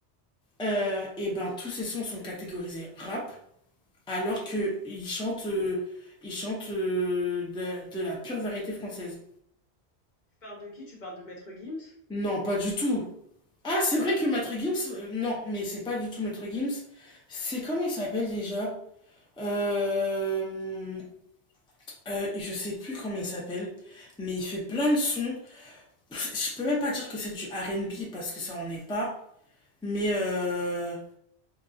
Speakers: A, in the centre; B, on the left.
A: Euh, et ben, tous ces sons sont catégorisés rap, alors qu'ils chantent, euh, ils chantent euh, de, de la pure variété française.
B: Tu parles de qui? Tu parles de Maître Gims?
A: Non, pas du tout. Ah, c'est vrai que Maître Gims, euh, non, mais c'est pas du tout Maître Gims. C'est comment il s'appelle déjà Euh, Euh, je sais plus comment il s'appelle, mais il fait plein de sons. Je peux même pas dire que c'est du R&B parce que ça en est pas, mais euh,